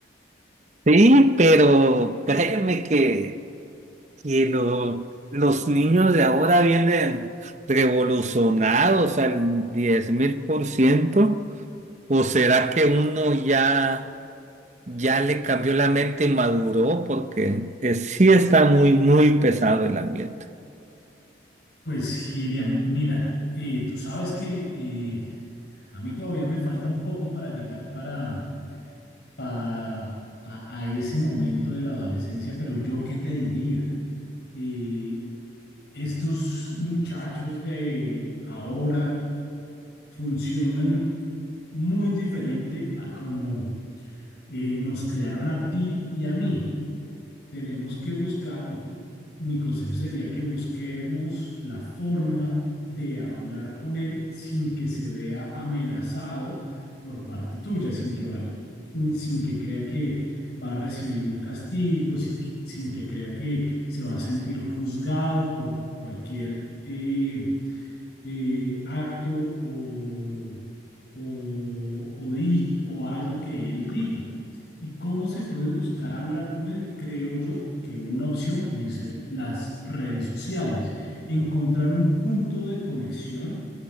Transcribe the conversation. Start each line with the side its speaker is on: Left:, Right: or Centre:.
Right: Sí, pero créeme que, que lo- los niños de ahora vienen revolucionados al diez mil por ciento, o será que uno ya... ya le cambió la mente y maduró porque eh, sí está muy, muy pesado el ambiente.
Left: Pues, Girian, mira, eh, tú sabes que eh, a mí todavía me falta un poco para llegar para, para a, a ese momento de la adolescencia, pero yo qué te diría, Eh, estos muchachos de ahora funcionan muy diferente a como eh, nos crearon a ti y a mí. Tenemos que buscar, o mi consejo sería que busquemos la forma de hablar con él sin que se vea amenazado por parte tuya, sin que, va sin que crea que va a recibir un castigo, sin, que- sin que crea que se va a sentir juzgado por cualquier eh, eh, acto o, o, o di- o algo que él diga. ¿Y cómo se puede buscar hablar con él? Creo yo que una opción puede ser las redes sociales, encontrar un punto de conexión